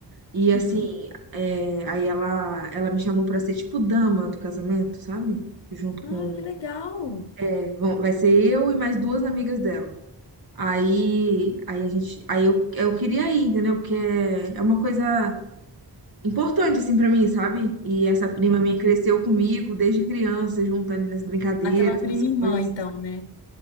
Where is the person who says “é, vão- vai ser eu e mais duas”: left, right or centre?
Right